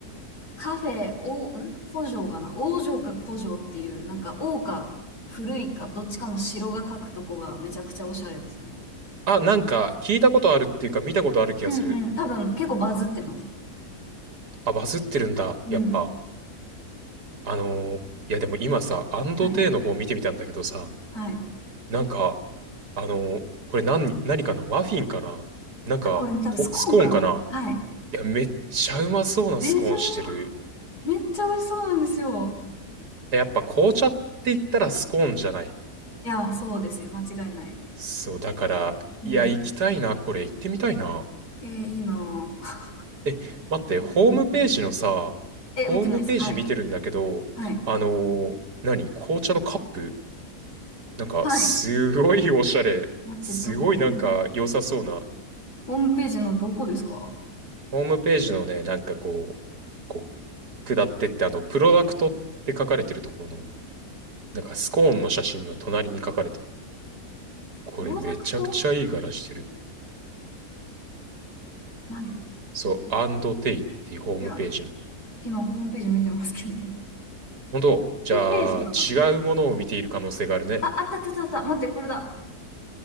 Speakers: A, on the left; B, on the right.
A: カフェ、お、ん古城かな王城か古城っていう、なんか王か古いかどっちかの城が書くとこがめちゃくちゃおしゃれですね。
B: あ、なんか聞いたことあるっていうか見たことある気がする。
A: うんうん。多分結構バズってます。
B: あ、バズってるんだ、
A: うん。
B: やっぱ。あのーいや、でも今さ、アンドテの方見てみたんだけどさ、
A: はい。はい。
B: なんか、あのーこれ何、何かなマフィンかななんか、
A: あ、これね多分スコーンかなはい。
B: こスコーンかないや、めっちゃうまそうなスコーンしてる。
A: でしょめっちゃ美味しそうなんですよ。
B: やっぱ紅茶って言ったらスコーンじゃない
A: いや、そうですよ。間違いない。
B: そう、だから、
A: うん。
B: いや、行きたいな、これ、行ってみたいな。
A: えーいいなぁ。
B: え、待って、
A: 見てみたい
B: ホームページのさ、
A: え、
B: ホームページ見てるんだけど、
A: 見てないです。はい。はい。
B: あのー何紅茶のカップなんか、
A: はい。
B: すごいおしゃれ。
A: 待って、
B: すごいなんか、
A: ど、どれだ
B: 良さそうな。
A: ホームページのどこですか
B: ホームページのね、なんかこう、こう、下ってって、あの、プロダクトって書かれてるところの、なんか、スコーンの写真の隣に書かれてる。これ、
A: プロダクト
B: めちゃくちゃいい柄してる。
A: ない。
B: そう、
A: はい
B: アンドテイっていうホームページの。
A: いや、今ホームページ見てますけど。<laughs>
B: 本当じゃあ、
A: トップページかな
B: 違うものを見ている可能性があるね。
A: あ、あったあったあったあった。待って、これだ。